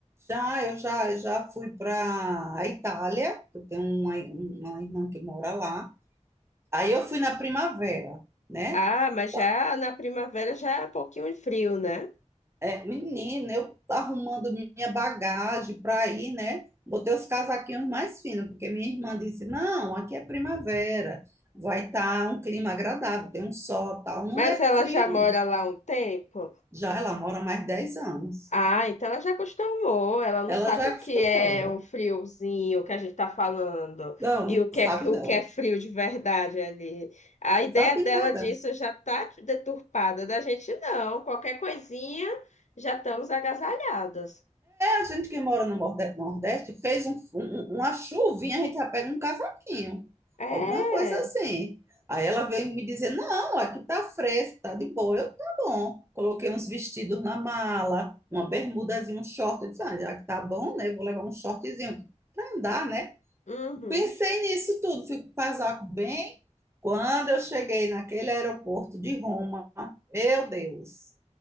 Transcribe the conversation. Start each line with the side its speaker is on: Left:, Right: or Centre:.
Right: Já, eu já, já fui para a Itália, eu tenho uma, uma irmã que mora lá. Aí eu fui na primavera, né?
Left: Ah, mas
Right: Só-
Left: já na primavera já é um pouquinho frio, né?
Right: é, menina, eu arrumando minha bagagem para ir, né? Botei os casaquinhos mais finos, porque minha irmã disse: não, aqui é primavera, vai estar um clima agradável, tem um sol, tal. Não
Left: Mas
Right: é
Left: ela
Right: frio.
Left: já mora lá há um tempo?
Right: Já ela mora há mais de 10 anos.
Left: Ah, então ela já acostumou. Ela não
Right: Ela
Left: sabe
Right: já
Left: o
Right: acostumou.
Left: que é o friozinho que a gente tá falando
Right: Não,
Left: e o que
Right: não
Left: é,
Right: sabe
Left: o
Right: não.
Left: que é frio de verdade ali. A ideia
Right: Sabe
Left: dela
Right: nada.
Left: disso já tá deturpada. Da gente não. Qualquer coisinha já estamos agasalhados.
Right: A gente que mora no Nordeste fez um- um- um, uma chuvinha, a gente já pega um casaquinho,
Left: É.
Right: alguma coisa assim. Aí ela veio me dizer: não, aqui tá fresco, tá de boa. Eu, tá bom. Coloquei uns vestidos na mala, uma bermudazinha, um short. Eu disse: ah, já que tá bom, né? eu Vou levar um shortzinho pra andar, né?
Left: Uhum,
Right: Pensei nisso tudo, fui com o casaco bem. Quando eu cheguei naquele aeroporto de Roma, meu Deus.